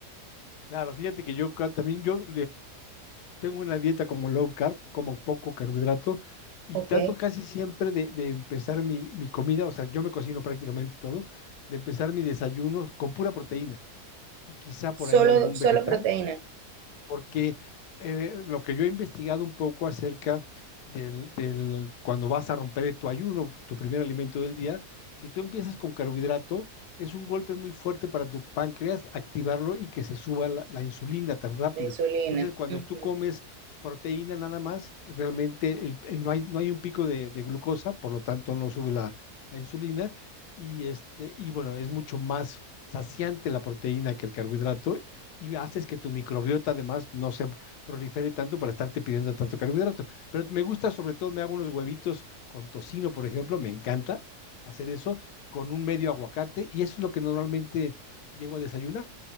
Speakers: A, on the left; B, on the right.
A: Claro, fíjate que yo ca- también, yo tengo una dieta como low carb, como poco carbohidrato y
B: ¿ok?
A: trato casi siempre de, de empezar mi, mi comida, o sea, yo me cocino prácticamente todo, de empezar mi desayuno con pura proteína y quizá por
B: Solo,
A: ahí algún
B: solo
A: vegetal
B: proteína,
A: porque eh, lo que yo he investigado un poco acerca del, del- cuando vas a romper tu ayuno, tu primer alimento del día, si tú empiezas con carbohidrato, es un golpe muy fuerte para tu páncreas activarlo y que se suba la, la insulina tan rápido.
B: la insulina.
A: Entonces, cuando
B: Ujú,
A: tú comes proteína nada más, realmente el- el- no hay, no hay un pico de, de glucosa, por lo tanto no sube la, la insulina y este, y bueno, es mucho más saciante la proteína que el carbohidrato y haces que tu microbiota además no se prolifere tanto para estarte pidiendo tanto carbohidrato. Pero me gusta, sobre todo, me hago unos huevitos con tocino, por ejemplo, me encanta hacer eso con un medio aguacate y eso es lo que normalmente llego a desayunar